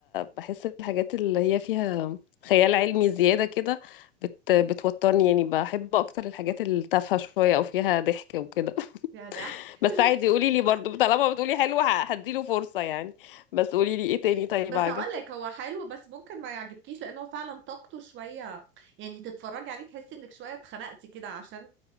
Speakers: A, on the left; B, on the right.
A: بحس الحاجات اللي هي فيها خيال علمي زياده كده بت... بتوترني يعني بحب اكتر الحاجات التافهه شويه او فيها ضحك وكده
B: يا ضحك
A: <laughs> بس عادي قولي لي برضو طالما بتقولي حلو ه- هديله فرصه يعني بس قولي لي ايه تاني طيب
B: بس
A: عجب
B: اقول لك هو حلو بس ممكن ما يعجبكيش لان هو فعلا طاقته شويه يعني تتفرجي عليه تحسي انك شويه اتخنقتي كده عشان